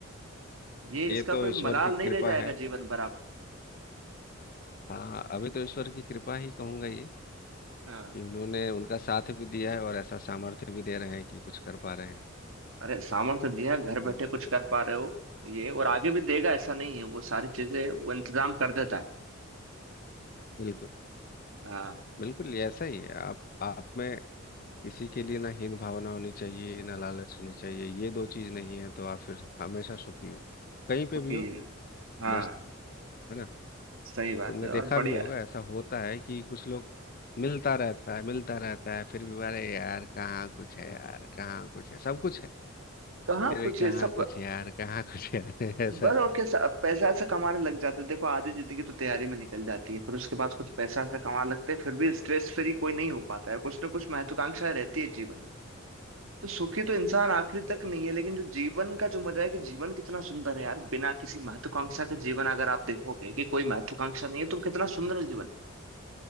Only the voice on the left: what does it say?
ये
तो
ईश्वर
की
कृपा
है
हाँ अभी तो ईश्वर की कृपा ही कहूंगा ये
कि उन्होंने उनका साथ भी दिया है और ऐसा सामर्थ्य भी दे रहे हैं कि कुछ कर पा रहे हैं
वो
बिल्कुल
बिल्कुल ये ऐसा ही है आप आप में किसी के लिए ना हीन भावना होनी चाहिए ना लालच होनी चाहिए ये दो चीज नहीं है तो आप फिर हमेशा सुखी हो कहीं पे
भी हो
मस्त है ना
तुमने
देखा
भी होगा ऐसा होता है कि कुछ लोग मिलता रहता है मिलता रहता है फिर भी अरे यार कहाँ कुछ है यार कहाँ कुछ है सब कुछ है
फिर भी
कहाँ
कुछ यार कहाँ कुछ यार <laughs> ऐसा